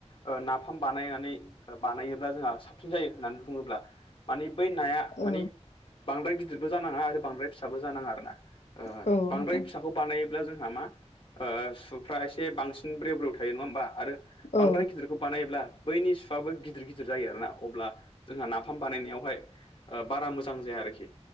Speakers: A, on the left (about 50°); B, on the left (about 75°).
A: ओ नाफाम बानायनानै बानायोब्ला जोंहा साबसिन जायो होननानै बुङोब्ला माने बै नाया
B: औ
A: माने बांद्राय गिदिरबो जानाङा आरो बांद्राय फिसाबो जानाङा आरोना ओ
B: नोंथां
A: बांद्राय फिसाखौ बानायोब्ला जोंहा मा सुफ्रा एसे बांसिन ब्रेव ब्रेव थायो नङा होमबा आरो बांद्राय
B: औ
A: गिदिरखौ बानायब्ला बैनि सुवाबो गिदिर गिदिर जायो आरोना अब्ला जोंहा नाफाम बानायनायावहाय ओ बारा मोजां जाया आरोखि